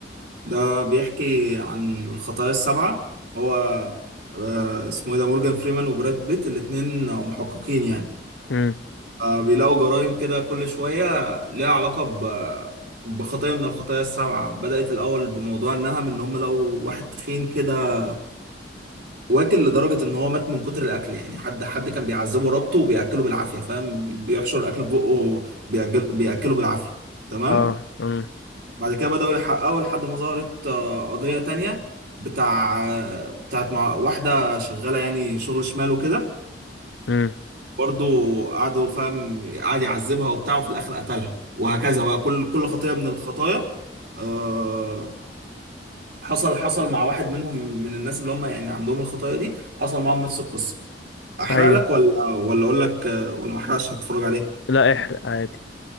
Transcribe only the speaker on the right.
ده بيحكي عن الخطايا السبعة هو آه، اسمه ايه ده مورجان فريمان وبراد بيت الاتنين محققين يعني
فبيلاقوا جرائم كده كل شوية ليها علاقة ب- بخطية من الخطايا السبعة بدأت الأول بموضوع النهم إن هم لقوا واحد تخين كده واكل لدرجة إن هو مات من كتر الأكل يعني حد حد كان بيعذبه ربطه وبيأكله بالعافية فاهم بيحشر أكل في بقه بيأجل- بيأكله بالعافية تمام
بعد كده بدأوا يحققوا لحد ما ظهرت آه، قضية تانية بتاع آه، بتاعت مع واحدة شغالة يعني شغل شمال وكده
برضو قعدوا فاهم قعد يعذبها وبتاع وفي الآخر قتلها وهكذا بقى كل كل خطية من الخطايا آه، حصل حصل مع واحد منهم من الناس اللي هم يعني عندهم الخطايا دي حصل معاهم نفس القصة أحرق
لك ولا ولا أقول لك آه، ولا ما أحرقش هتفرج عليه